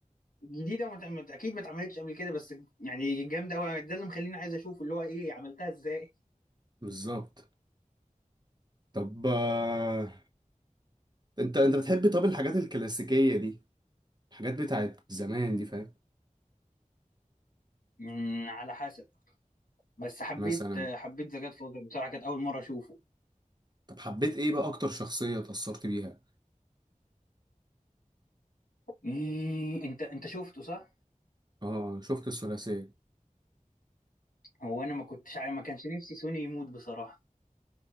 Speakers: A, on the left; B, on the right.
A: جديده ما ت- ما ت- اكيد ما اتعملتش قبل كده بس يعني جامده قوي ده اللي مخليني عايز اشوف اللي هو ايه عملتها ازاي
B: بالظبط طب آه، انت انت بتحب طب الحاجات الكلاسيكية دي الحاجات بتاعت زمان دي فاهم
A: مم، على حسب بس حبيت
B: مثلا
A: حبيت ذا جاد فاذر بصراحه كانت اول مره اشوفه
B: طب حبيت ايه بقى اكتر شخصية اتأثرت بيها
A: مم، انت انت شفته صح
B: اه شفت الثلاثية
A: هو انا ما كنتش عارف- ما كانش نفسي سوني يموت بصراحه